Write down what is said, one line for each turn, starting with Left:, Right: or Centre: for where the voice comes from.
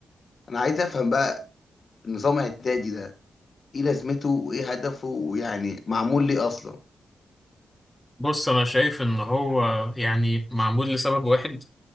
Left: انا عايز افهم بقى نظام اعدادي ده ايه لازمته وايه هدفه ويعني معمول ليه اصلا
Centre: بص انا شايف ان هو يعني معمول لسبب واحد